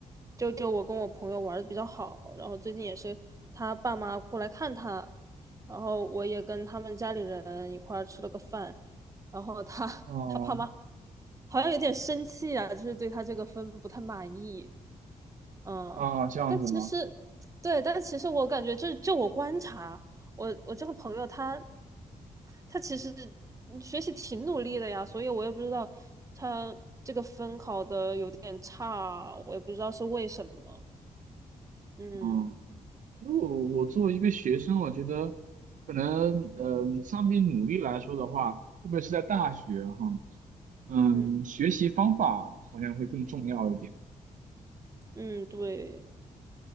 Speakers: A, on the right (about 25°); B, on the right (about 70°).
A: 就就我跟我朋友玩的比较好，然后最近也是他爸妈过来看他，然后我也跟他们家里人一块儿吃了个饭。然后他
B: 哦，
A: <laughs> 他爸妈好像有点生气啊，就是对他这个分不太满意。嗯，
B: 啊，这样子吗？
A: 但其实，对，但其实我感觉就，就我观察，我我这个朋友他他其实嗯学习挺努力的呀，所以我也不知道他这个分考的有点差，我也不知道是为什么。嗯
B: 嗯，就我作为一个学生，我觉得可能，呃，相比努力来说的话，特别是在大学哈，嗯，
A: 嗯
B: 学习方法好像会更重要一点。
A: 嗯，对，